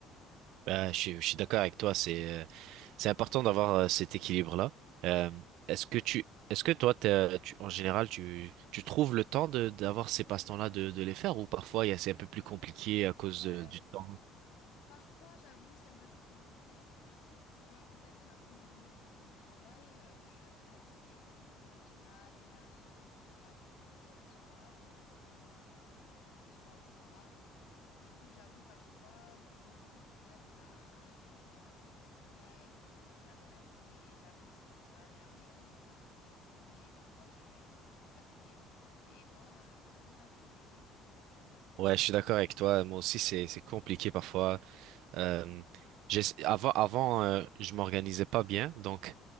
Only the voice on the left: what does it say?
Donc, tout
à fait.
Ouais.
Parfois, j'avoue, c'est un peu plus compliqué. Tu vois, peut-être après une longue journée au travail, euh, je suis un peu fatiguée et peut-être que j'ai pas l'énergie pour soit aller courir, soit pour aller faire du, enfin, du sport, etc. Du coup, j'avoue, parfois, je me retrouve peut-être à, à rien faire, être sur mon tel ou regarder la télé et j'avoue, c'est peut-être pas la meilleure chose, mais parfois, je suis juste trop fatiguée. Et toi, euh, t'arrives à trouver le temps?